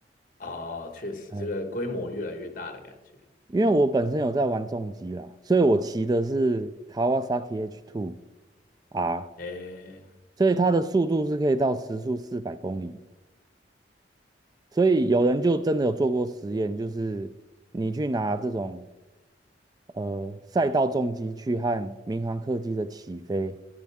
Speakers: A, on the left; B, on the right.
A: 哦，确实，
B: 嗯，
A: 这个规模越来越大的感觉。
B: 因为我本身有在玩重机啦，所以我骑的是卡 a 萨 a H Two r
A: 诶，
B: 所以它的速度是可以到时速四百公里。所以有人就真的有做过实验，就是你去拿这种呃赛道重机去和民航客机的起飞